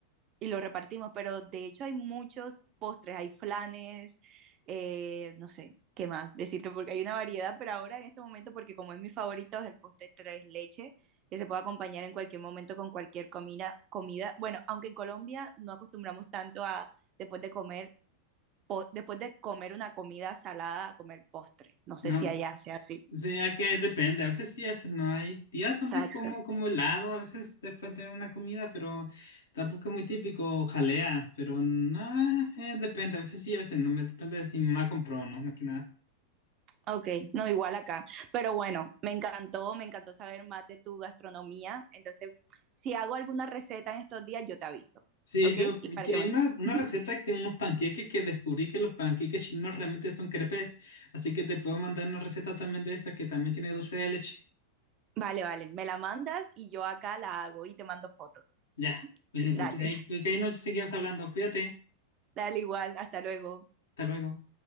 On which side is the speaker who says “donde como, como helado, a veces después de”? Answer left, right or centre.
Left